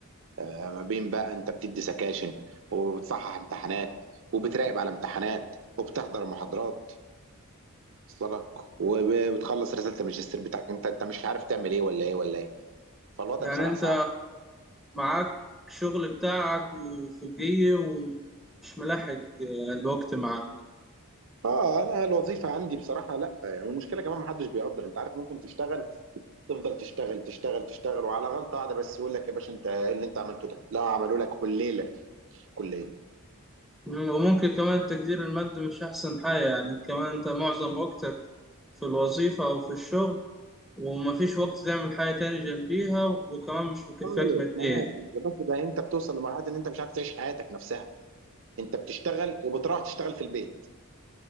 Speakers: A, on the right; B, in the centre.
A: ما بين بقى انت بتدي سكاشن وبتصحح امتحانات وبتراقب على امتحانات وبتحضر محاضرات وصلك وبتخلص رساله الماجستير بتاعك انت انت مش عارف تعمل ايه ولا ايه ولا ايه فالوضع
B: يعني
A: بصراحه
B: انت
A: صعب
B: معاك شغل بتاعك وفوقيه ومش ملاحق الوقت معاك
A: اه انا الوظيفه عندي بصراحه لا يعني المشكله كمان ما حدش بيقدر انت عارف ممكن تشتغل تفضل تشتغل تشتغل تشتغل وعلى غلطه واحده بس يقول لك يا باشا انت ايه اللي انت عملته ده لا عملوا لك كليله في الكليه
B: وممكن كمان تقدير المادي مش احسن حاجة يعني كمان انت معظم وقتك في الوظيفة او في الشغل ومفيش وقت تعمل حاجة تاني جنبيها وكمان مش مكفاك
A: خالص
B: ماديا
A: ما يا باشا ده انت بتوصل لمرحله ان انت مش عارف تعيش حياتك نفسها انت بتشتغل وبتروح تشتغل في البيت